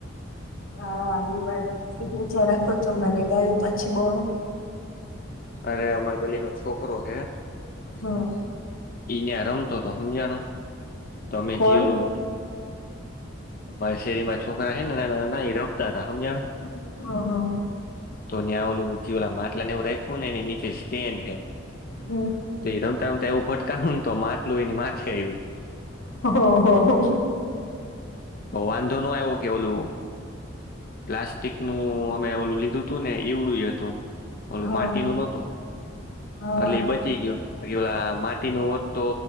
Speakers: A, on the left; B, on the left.
A: હા એ વાત ઊંચા રાખો તો મને ગાયું પછી બહુ હે
B: અરે અમારે ગલી નો છોકરો હે,
A: હા
B: ઈને આ રમતો તો હમજ્યાનો તો અમે
A: કોણ
B: જી ઓલું. મા શેરી માં છોકરા હ ને ના રખતા હતા હમજણો
A: હ હ
B: તો ન્યા ઓલું જીવાલા માટલા ને એવું રાખું ને એ નીચે સેન્ડ હે
A: હમ્મ
B: તો એ રમતા રમતા એવું ભટકાણુ ને તો માટલું એને માથે આવ્યું.
A: હો હો હો
B: ઓ વાંધો નું આય્વો કે ઓલુ પ્લાસ્ટિક નું અમે ઓલું લીધું હતું ને એવડું હતું. ઓલું
A: હા
B: માટી નું નોતું
A: હા
B: એટલે એ બ ચિ ગયો પછી ઓલા માટી નું ઓત તો